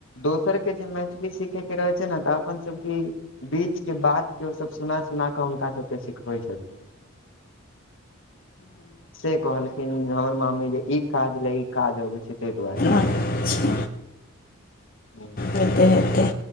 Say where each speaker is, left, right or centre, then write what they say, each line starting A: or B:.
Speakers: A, on the left; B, on the left.
A: दोसरके जे मैथिली सीखयके रहैत छै न तऽ अपन सभके बीच के बात के ओ सब सुना सुना कऽ हुनका सब के सिखबै छथिन से कहलखिन हमर मामी जे ई काज लए ई काज अबै छै तहि दुआरे
B: अच्छा
A: हू
B: हेतै हेतै